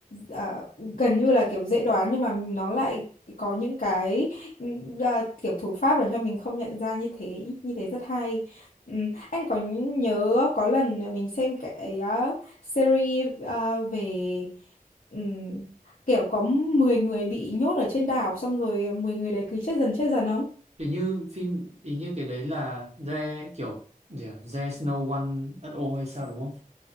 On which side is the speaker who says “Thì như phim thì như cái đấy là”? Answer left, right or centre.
Right